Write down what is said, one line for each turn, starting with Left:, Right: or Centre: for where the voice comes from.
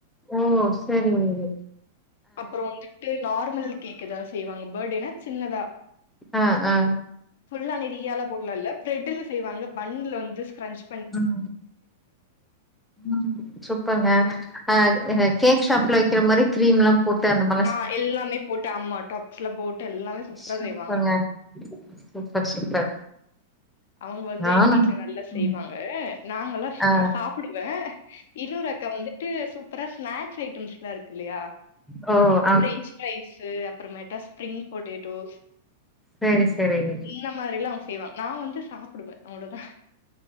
Centre: ஓ சேரிங் உஊ
Left: அப்றோ வந்துட்டு நார்மல் கேக் ஏதாவ்து செய்வாங்க பேர்த்டேனா சின்னதா
Centre: ஆ ஆ
Left: ஃபுல்லா நெறியால போடல ல பிரெட்ல செய்வாங்க பண்ல வந்து ஸ்கரன்ச்
Centre: உம் ம் சூப்பர்ங்க
Left: நான்
Centre: ஆ அ கேக் ஷாப்ல விக்கிற மாரி க்ரீம் லா போட்டு அந்த மார்
Left: ஆ எல்லாமே போட்டு அம்மா டாப்க்ஸ்லா போட்டு எல்லாமே சுப்ர்ரா
Centre: சூப்பருங்க
Left: செய்வாங்க
Centre: சூப்பர் சூப்பர்
Left: அவங்க வந்து
Centre: நானு
Left: எங்க வீட்ல நல்லா செய்வாங்க
Centre: ம்
Left: நாங்கலா
Centre: ஆ
Left: நா சாப்புடுவே இன்னொரு அக்கா வந்துட்டு சூப்பரா ஸ்நாக்ஸ் ஐட்டம்ஸ் ல்லா இருக்கு ல்லயா
Centre: <unintelligible>
Left: பிரெஞ்ச் ஃபிரைசு அப்பரோமேடு ஸ்ப்ரிங் பொட்டேட்டோஸ்
Centre: செரி செரிங்க
Left: இந்தமாரிலா அவுங்க செய்வாங்க நா வந்து சாப்புடுவே அவ்ளோதா